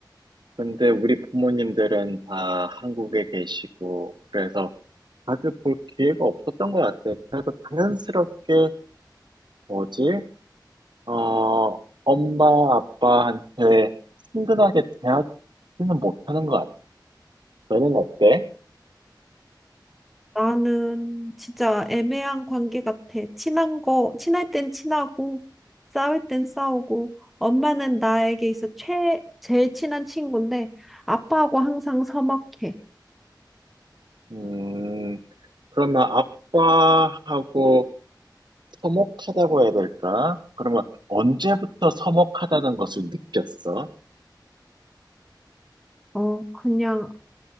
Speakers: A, on the right; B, in the centre.
A: 근데 우리 부모님들은 다 한국에 계시고, 그래서 자주 볼 기회가 없었던 것 같아. 그래서 자연스럽게 뭐지? 어, 엄마, 아빠한테 친근하게 대하지는 못하는 것 같아. 너는 어때?
B: 나는 진짜 애매한 관계 같아. 친한 거, 친할 땐 친하고, 싸울 땐 싸우고, 엄마는 나에게 있어 최, 제일 친한 친구인데, 아빠하고 항상 서먹해.
A: 음, 그러면 아빠하고 서먹하다고 해야 될까? 그러면 언제부터 서먹하다는 것을 느꼈어?
B: 어, 그냥